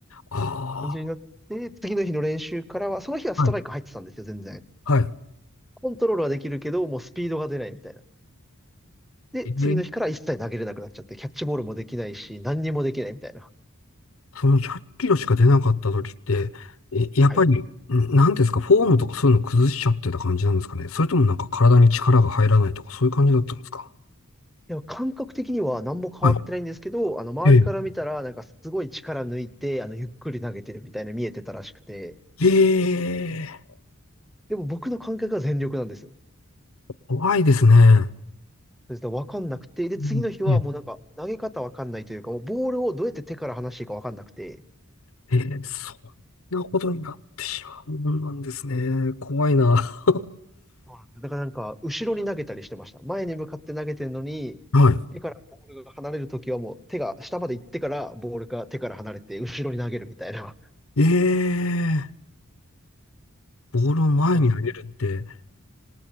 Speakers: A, on the left; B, in the centre.
A: あ
B: 感じになって、次の日の練習からは、その日はストライク入ってたんですよ、
A: あ、はい、
B: 全然。
A: はい。
B: コントロールはできるけど、もうスピードが出ないみたいな。で、
A: ええ
B: 次の日から一切投げれなくなっちゃって、キャッチボールもできないし、何にもできないみたいな。
A: その100キロしか出なかった時って、え、やっぱり、
B: はい。
A: んなんていうんですか、フォームとかそういうの崩しちゃってた感じなんですかね。それともなんか体に力が入らないとかそういう感じだったんですか
B: でも感覚的には何も変わってないんですけど、
A: はい。
B: あの、周りから見たら、
A: え
B: なんかすごい力抜いて、あの、ゆっくり投げてるみたいな見えてたらしくて、
A: え、ええ
B: でも僕の感覚は全力なんですよ。
A: 怖いですね。
B: それと分かんなくて、で、次の日はもうなんか、
A: うんね
B: 投げ方分かんないというか、もうボールをどうやって手から離していいか分かんなくて、
A: ええ、そんなことになってしまうもんなんですね。怖いな。<laughs>
B: そうなんですだからなんか、後ろに投げたりしてました。前に向かって投げてるのに、
A: は
B: 手からボールが離れるときはもう手が下まで行ってから、ボールが手から離れて、後ろに投げるみたいな。
A: い。ええボールを前に投げるって、
B: もう、